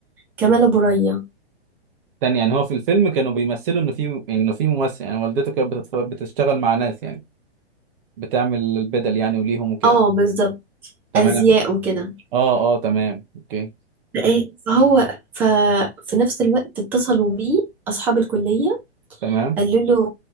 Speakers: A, in the centre; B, on the right.
A: كمال أبو ريا
B: تاني يعني هو في الفيلم كانوا بيمثلوا انه في انه في ممثل يعني والدته كانت بتتف- بتشتغل مع ناس يعني بتعمل البدل يعني وليهم وكده
A: اه بالظبط
B: تمام
A: أزياء
B: ماشي.
A: وكده
B: اه اه تمام اوكي
A: فإيه فهو ففي نفس الوقت اتصلوا بيه أصحاب الكلية
B: تمام
A: قالوا له